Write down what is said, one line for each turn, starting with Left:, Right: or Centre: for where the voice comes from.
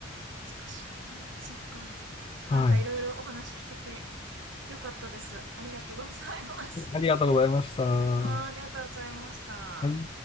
Right: 難しいな。そっか。
Left: はい。
Right: なんかいろいろお話聞けてよかったです。ありがとうございます。
Left: ありがとうございました。は
Right: あー、ありがとうございました。
Left: い。